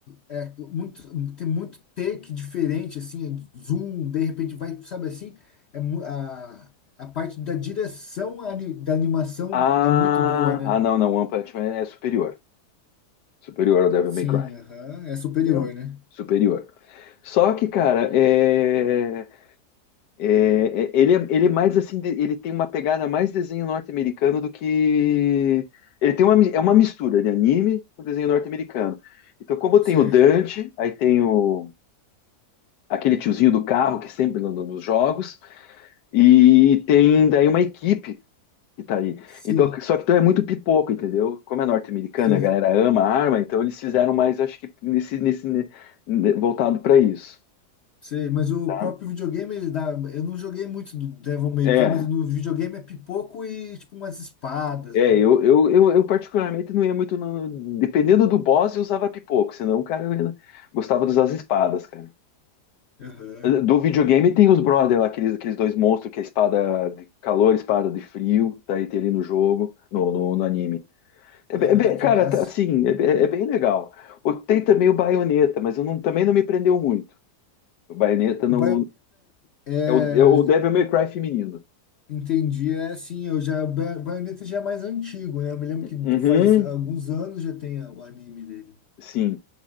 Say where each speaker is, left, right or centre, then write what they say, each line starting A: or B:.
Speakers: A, on the left (about 50°); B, on the left (about 85°).
A: É muito, tem muito take diferente, assim, zoom, de repente vai, sabe assim? É, mu- a, a parte da direção ani- da animação
B: Ah,
A: é muito boa, né?
B: ah não, não, o One Punch Man é superior, superior ao Devil
A: Sim,
B: May Cry,
A: aham, é superior,
B: entendeu?
A: né?
B: Superior. Só que, cara, é É, é- ele, é, ele é mais assim, de- ele tem uma pegada mais desenho norte-americano do que. Ele tem uma, mi- é uma mistura de anime com desenho norte-americano. Então, como
A: Você,
B: tem o Dante, aí tem o, aquele tiozinho do carro que sempre anda nos jogos, e tem daí uma equipe que tá ali.
A: sim,
B: Então, só que então é muito pipoco, entendeu? Como é norte-americano,
A: você,
B: a galera ama a arma, então eles fizeram mais, acho que nesse, nesse, ne- voltado para isso,
A: você, mas o
B: tá?
A: próprio videogame, ele dá. Eu não joguei muito do Devil May
B: É.
A: Cry, mas no videogame é pipoco e tipo umas espadas,
B: É,
A: né?
B: eu, eu, eu, eu particularmente não ia muito. no- Dependendo do boss, eu usava pipoco, senão, o cara, eu ia- gostava de usar as espadas, cara.
A: Aham,
B: Do videogame tem os brother lá, aqueles, aqueles dois monstros que é espada de calor, espada de frio, tá aí tem ali no jogo, no, no, no anime. É,
A: aham,
B: bem- é bem-
A: que
B: cara,
A: massa.
B: tá, assim, é, bem- é bem legal. O- Tem também o Bayonetta, mas eu não- também não me prendeu muito. O Bayonetta
A: O
B: não.
A: é
B: É o, é o Devil May Cry feminino.
A: Entendi, é assim, eu já, Ba- Bayonetta já é mais antigo, né? Eu me lembro que
B: Uhum,
A: faz alguns anos já tem a- o anime dele.
B: sim.